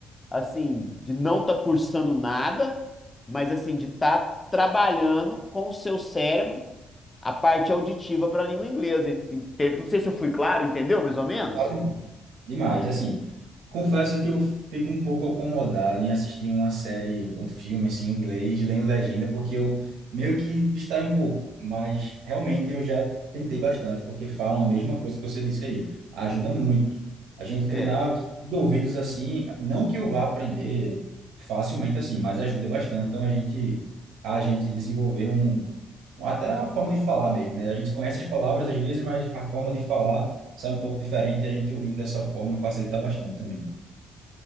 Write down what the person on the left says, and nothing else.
assim, de não estar cursando nada, mas assim, de estar trabalhando com o seu cérebro a parte auditiva para a língua inglesa. ente- Não sei se eu fui claro, entendeu? Mais ou menos?
É,